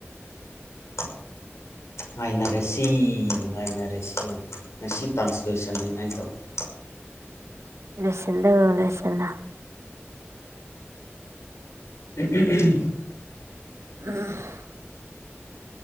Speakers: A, on the left; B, on the right.
A: ꯎꯝ ꯉꯥꯏꯅꯔꯁꯤ ꯉꯥꯏꯅꯔꯁꯤ ꯉꯁꯤ ꯇ꯭ꯔꯥꯟꯁꯂꯣꯏꯁꯟꯅꯤꯡꯉꯥꯏ ꯇꯧꯒꯦ
B: ꯂꯁꯗ ꯂꯩꯁꯗ
A: ꯎꯝ ꯎꯝ
B: ꯎ